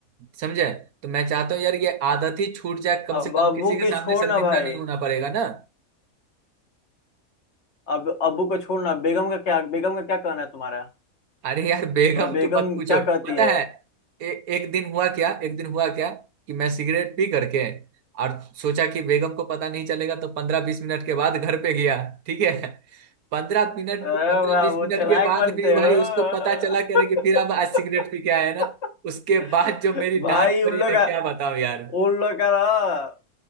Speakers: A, on the right; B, on the left.
A: समझे तो मैं चाहता हूँ यार ये आदत ही छूट जाए कम
B: अब
A: से कम
B: अब
A: किसी
B: वो
A: के
B: की
A: सामने
B: छोड़
A: शर्मिंदा
B: ना भाई
A: नहीं होना पड़ेगा ना
B: अब अबू को छोड़ना बेगम का क्या बेगम का क्या कहना है तुम्हारा
A: अरे यार बेगम
B: तो बेगम
A: तुम मत पूछो
B: क्या कहती
A: पता
B: है
A: है ए, एक दिन हुआ क्या एक दिन हुआ क्या कि मैं सिगरेट पी करके और सोचा कि बेगम को पता नहीं चलेगा तो पंद्रह बीस मिनट के बाद घर पे गया ठीक है पंद्रह मिनट
B: "अ,
A: पंद्रह
B: वाह
A: बीस
B: वो
A: मिनट
B: चालाक
A: के बाद
B: बनते
A: भी भाई
B: हो
A: उसको पता चला
B: <laughs>
A: करे कि फिर अब आज सिगरेट पी के आया है ना उसके बाद जो मेरी
B: भाई
A: डांट
B: उन
A: पड़ी
B: लोग
A: ना
B: का
A: क्या बताओ यार
B: उन लोग का रस